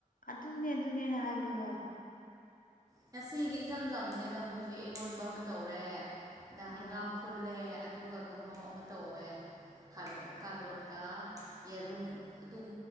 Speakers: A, on the left (about 75°); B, on the right (about 25°).
A: ꯑꯗꯨꯅꯦ ꯑꯗꯨꯅꯦꯅꯦ ꯍꯥꯏꯕꯗꯣ ꯍꯣꯏ
B: ꯉꯁꯤꯗꯤ ꯏꯆꯝ ꯆꯝꯕꯅꯤꯗ ꯑꯩꯈꯣꯏꯁꯦ ꯏꯔꯣꯟꯕ ꯑꯃ ꯇꯧꯔꯦꯗ ꯍꯪꯒꯥꯝ
A: ꯎꯝ
B: ꯐꯨꯜꯂꯦ ꯑꯗꯨꯒ ꯀꯥꯡꯍꯧ ꯑꯃ ꯇꯧꯋꯦ ꯥꯔ ꯀꯥꯔꯣꯠꯀ ꯌꯦꯔꯨꯝ ꯑꯗꯨꯝ